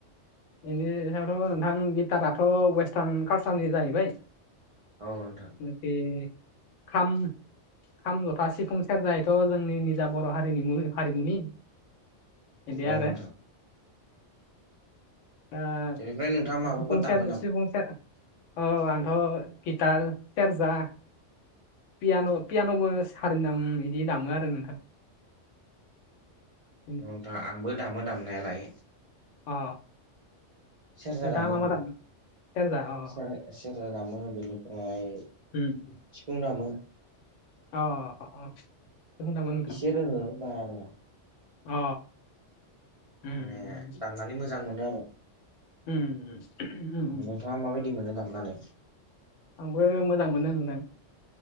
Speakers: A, on the left; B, on the right.
A: बेनि सायावथ' नोंथां गिटाराथ' वेस्टार्न कालसारनि जाहैबाय
B: औ नोंथां
A: माथे खाम खाम जथा सिफुं सेरजायथ' जोंनि निजा बर' हारिनि मुङ हारिमुनि बेदिया
B: औ
A: आरो
B: नोंथां
A: ओ
B: बेनिफ्राय नोंथाङा माबाफोर दामो
A: सिफुंस
B: नामा
A: औ आंन्थ' गितार सेरजा पियान' पियान'बो सारि नाम बिदि दामो आरो नोंथां लांदां
B: ओ नोंथां आंबो दामो दामनायालाय
A: अ
B: सेरजा
A: नोंथाङा
B: दामोे
A: मा मा दामो
B: आं
A: सेरजा अ
B: सेरजा दामो बेनिफ्राय
A: होम
B: सिफुं दामो
A: अ अ अह सिफुं दामो नोंथां
B: ओ बारा रोङा
A: अ उम
B: माने दामनानै मोजां मोनो आरो
A: उम ओम ओम
B: नोंथाङा माबायदि मोनो दामनानै
A: आंबो मोजां मोनो होनदों